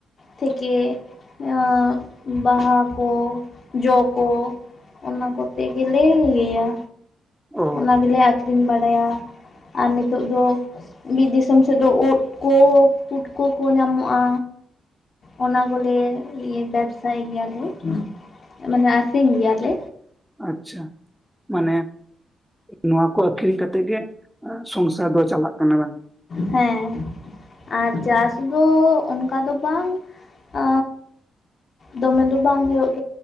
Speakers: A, on the left; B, in the centre.
A: ᱛᱷᱮᱠᱮ ᱟᱸ ᱵᱟᱦᱟ ᱠᱚ ᱡᱚ ᱠᱚ᱾ ᱚᱱᱟ ᱠᱚᱛᱮ ᱜᱮᱞᱮ ᱤᱭᱟᱹᱭᱟ᱾
B: ᱚ᱾
A: ᱚᱱᱟ ᱜᱮᱞᱮ ᱟᱹᱠᱷᱨᱤᱧ ᱵᱟᱲᱟᱭᱟ ᱟᱨ ᱱᱤᱛᱚᱜ ᱫᱚ, ᱵᱤᱨ ᱫᱤᱥᱚᱢ ᱥᱮᱫ ᱫᱚ ᱫ ᱠᱚ ᱯᱩᱰᱠᱟᱹ ᱠᱚᱠᱚ ᱧᱟᱢᱚᱜᱼᱟ᱾ ᱚᱱᱟ ᱠᱚᱞᱮ ᱵᱮᱵᱥᱟᱭ ᱜᱮᱭᱟᱞᱮ᱾ ᱢᱟᱱᱮ ᱟᱥᱧ ᱜᱮᱭᱟᱛᱮ᱾
B: ᱟᱪᱷᱟ ᱢᱟᱱᱮ ᱱᱚᱣᱟ ᱠᱚ ᱟᱠᱷᱨᱤᱧ ᱠᱟᱛᱮᱜ ᱜᱮᱼᱼ ᱥᱚᱝᱥᱟᱨ ᱫᱚ ᱪᱟᱞᱟᱜ ᱠᱟᱱᱟ ᱵᱟᱝ?
A: ᱦᱮᱸ᱾ ᱟᱨ ᱪᱟᱥ ᱫᱚ ᱚᱱᱠᱟ ᱫᱚ ᱵᱟᱝ ᱟ᱾ ᱫᱚᱢᱮ ᱵᱟᱝ ᱦᱩᱭᱩᱜ